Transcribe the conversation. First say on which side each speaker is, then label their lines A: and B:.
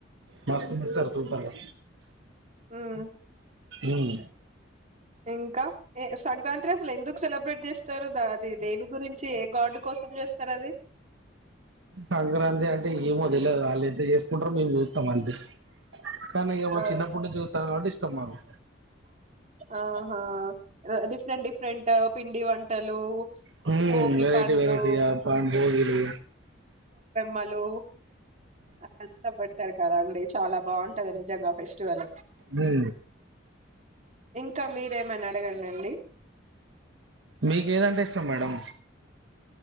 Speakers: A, on the right; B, on the right.
A: మస్త మస్తారు సూపర్గా
B: ఉమ్
A: ఉమ్
B: ఇంకా ఏ సంక్రాంతి అసలు ఎందుకు సెలబ్రేట్ చేస్తారు అది దేవి గురించి ఏ గాడ్ కోసం చేస్తారు అది
A: సంక్రాంతి అంటే ఏమో తెలవదు వాళ్ళుంతతే చేసుకుంటారో మేము చూస్తాం అంతే కానీ మా
B: ఆ,
A: చిన్నప్పుడు చూతాము ఇష్ట ఇష్టం మాకు
B: ఆహా డిఫరెంట్ డిఫరెంట్ పిండి వంటలు
A: హు
B: భోగి
A: వెరైటీ
B: పండ్లు
A: వెరైటీగా పా భోగిలు
B: మలో కష్టపడతారు కదాండి చాలా బాగున్ నిజంగా ఫెస్టివల్
A: హు
B: ఇంకా మీరేమనా అడగండి అండి
A: మీకు ఏదంటే ఇష్టం మేడం